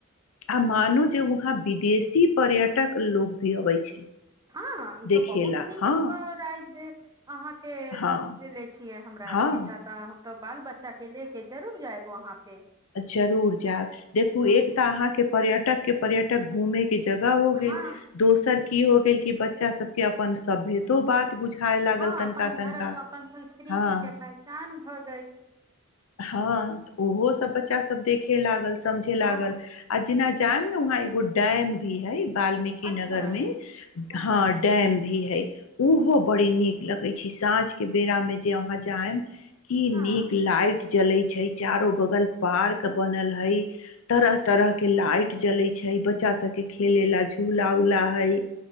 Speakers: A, on the left; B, on the right.
A: आ मानू जे वहाँ विदेशी पर्यटक लोक भी अबै छै
B: हँ ई
A: देखेला
B: तो बहुत नीक
A: हँ
B: राज अहाँ के
A: हँ
B: देले छियै हमरा
A: हँ
B: आर के त तऽ हम तो बाल बच्चा के ले के जरूर जाएबो वहाँ पे
A: अच्छा रूर जाब देखू
B: हँ
A: एक तऽ अहाँके पर्यटक के पर्यटक घूमे के जगह हो गेल
B: हँ
A: दोसर की हो गेल क बच्चा सब के अपन सभ्यतो बात बुझाय लागल
B: हँ
A: तनिका
B: अपन धर्म
A: तनिका
B: अपन संस्कृतिे
A: हँ
B: पहचान हो गई
A: हँ तऽ ओहो सब बच्चा सब देखे लागल समझे लागल
B: हँ
A: आ जेना जायब ने वहाँ एगो टाइम दिअ है वाल्मीकी
B: अच्छा
A: नगर मे
B: अच्छा
A: हँ ैम भी है ओहो बड़ी नीक लगै छै साँझके बेरामे जे अहाँ जायब की नीक
B: हँ
A: लाइट जले छै चारो बगल पार्क बनल हई तरह तरह के लाइट जले छै बच्चा सब के खेले ला झूला उला हई